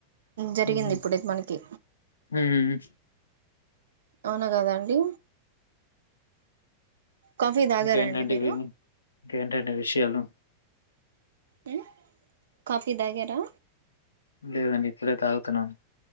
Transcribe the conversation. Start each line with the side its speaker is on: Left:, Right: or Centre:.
Right: జరిగింది
Left: హుహు.
Right: ఇప్పుడైతే మనకి
Left: హ్మ్.
Right: అవునా కాద అండి కాఫీ తాగారా
Left: ఇంకేంటండి
Right: అండి మీరు
Left: విను ఇంకేంటండి విషయాలు
Right: హ్మ్ కాఫీ తాగారా
Left: లేదండి ఇప్పుడే తాగుతున్నను